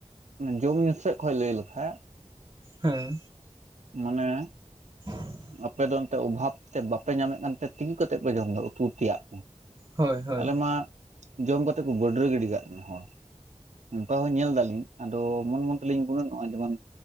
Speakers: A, on the right; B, on the right.
A: ᱡᱚᱢ ᱧᱩ ᱥᱮᱫ ᱠᱷᱚᱡ ᱞᱟᱹᱭ ᱞᱮᱠᱷᱟᱡ
B: ᱦᱮᱸ
A: ᱢᱟᱱᱮ
B: ᱦᱮ <unintelligible>
A: ᱟᱯᱮ ᱫᱚ ᱚᱱᱛᱮ ᱚᱵᱷᱟᱵᱛᱮ ᱵᱟᱯᱮ ᱧᱟᱢᱮᱫ ᱠᱟᱱᱛᱮ ᱛᱤᱜᱩ ᱠᱟᱛᱮᱫ ᱯᱮ ᱡᱚᱢ ᱮᱫᱟ ᱩᱛᱩ ᱛᱮᱭᱟᱜ ᱠᱚ
B: ᱦᱳᱭ ᱦᱳᱭ
A: ᱟᱞᱮ ᱢᱟ ᱡᱚᱢ ᱠᱟᱛᱮᱫ ᱠᱚ ᱵᱟᱹᱰᱨᱟᱹ ᱜᱤᱰᱤ ᱠᱟᱜ ᱠᱟᱱᱟ ᱦᱚᱲ ᱚᱱᱠᱟ ᱦᱚᱸ ᱧᱮᱞ ᱫᱟᱞᱤᱧ ᱟᱫᱚ ᱢᱚᱱ ᱢᱚᱱ ᱛᱮᱞᱤᱧ ᱜᱩᱱᱟᱹᱱᱚᱜᱼᱟ ᱡᱮᱢᱚᱱ